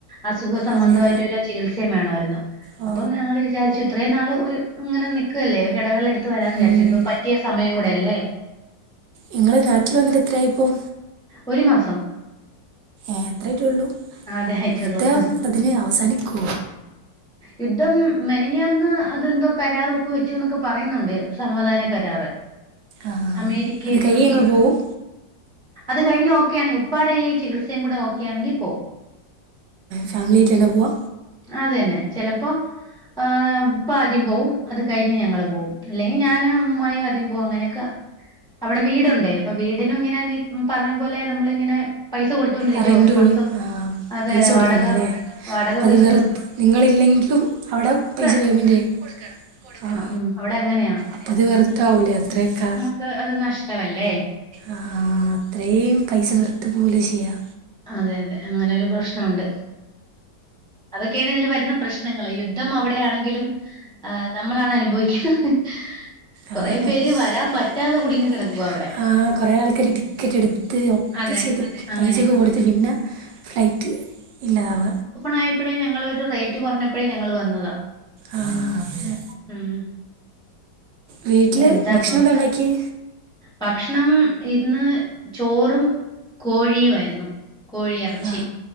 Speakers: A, in the centre; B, on the right (about 80°).
A: അസുഖ സംബന്ധമായിട്ട്
B: അങ്ങനെ
A: ഒരു ചികിത്സയും വേണമായിരുന്നു
B: ഓ
A: അപ്പം ഞങ്ങൾ വിചാരിച്ചു ഇത്രയും നാൾ ഒരു ഇങ്ങനെ നിക്കുവല്ലേ ഒരു ഇടവെള എടു ത്ത് വരാന്ന് വിചാരിച്ചു
B: ഉം
A: ഇ പറ്റിയ സമയം കൂടെയല്ലേ?
B: നിങ്ങള് നാട്ടിൽ വന്നിട്ട് എത്രയായിപ്പം?
A: ഒരു മാസം
B: അത്രേ ആയിട്ടുള്ളൂ
A: അതേ ആയിട്ടുള്ളൂ
B: യുദ്ധം അതിനെ അവസാനിക്കോ?
A: യുദ്ധം മെനങ്ങാന്ന് അതെന്തോ കരാർ ഒപ്പ് വെച്ചുന്നൊക്കെ പറയുന്നുണ്ട് സമാധാന കരാറ്.
B: ആഹ്
A: അമേരിക്കയും
B: അത് കഴിഞ്ഞ് ഞങ്ങള്
A: ഉം
B: പോവും
A: അത് കഴിഞ്ഞ ഓക്കെ ആണ് ഉപ്പാടെ ഈ ചികിസയുംകൂടെ ഓക്കെയാണെങ്കി പോവും.
B: ഫാമിലിയിട്ടന്ന പോവ?
A: അതന്നെ ചെലപ്പോ. ആഹ് ഇപ്പ ആദ്യം പോവും അത് കഴിഞ്ഞ് ഞങ്ങള് പോവും അല്ലെങ്കിൽ ഞാനും അമ്മായും ആദ്യം പോവും അങ്ങനെയൊക്കെ അവിടെ വീടുണ്ട് അപ്പൊ വീടിനും ഇങ്ങനെ നി പറഞ്ഞ പോലെ നമ്മളിങ്ങനെ. പൈസ കൊടുത്തോണ്ടിരിക്കുവ
B: ആഹ് റെന്റ്
A: ഒരു മാസം
B: ആഹ്
A: അതെ
B: പൈസ
A: അതെ
B: കൊടുക്കണംല്ലേ
A: വാടക വാടക
B: അപ്പ
A: പൈസ
B: അത് വെർത്
A: കൊടുക്കുന്നുണ്ട്
B: നിങ്ങളില്ലെങ്കിലും അവിടെ
A: ഇത്
B: പൈസ പേയ്മെന്റ് ചെയ്യും കൊടുക്കണം കൊടുക്കണം
A: ഉം അവിടെ അങ്ങനെയാ
B: ആഹ് പതി വെർതാവില്ലേ അത്രയൊക്കെ
A: ക്ക് അത് നഷ്ടല്ലേ
B: ആ അത്രയും പൈസ വെറുത പോവല്ലേ ചെയ്യാ
A: അതെ അതെ അങ്ങനെ ഒരു പ്രശ്നോണ്ട് അതൊക്കെയാണ് ഇതില് വരുന്ന പ്രശ്നങ്ങളേ യുദ്ധം അവിടെയാണെങ്കിലും ആഹ് നമ്മളാണ് അനുഭവിക്കുന്നത്
B: അതന്നെ
A: കൊറേ
B: കുറെ പേര്
A: പറ്റാതെ
B: വരാൻ പറ്റതെ
A: കിടക്കുവ
B: കുടുങ്ങി കിടക്കുന്നു
A: അവിടെ
B: ആ കൊറെ ആൾക്കാര് ടിക്കറ്റ് എടുത്ത്
A: അതെ
B: ക്കെ ചെയ്ത്
A: അങ്ങനെ
B: പൈസക്കെ കൊടുത്ത് പിന്ന ഫ്ളൈറ്റ് ഇല്ലതാവ
A: ആഹ് പ്പയേ ഞങ്ങളൊരു റേറ്റ് കൊറഞ്ഞപ്പഴേ ഞങ്ങൾ വന്നതാ
B: ആ അതെ
A: ഉം
B: വീട്ടില്
A: എന്താപ്പ
B: ഭക്ഷണം എന്താണ്ടാക്ക്യേ
A: ഭക്ഷണം ഇന്ന് ചോറും കോഴിയുമായിരുന്നു കോഴിയിറച്ചി
B: ആ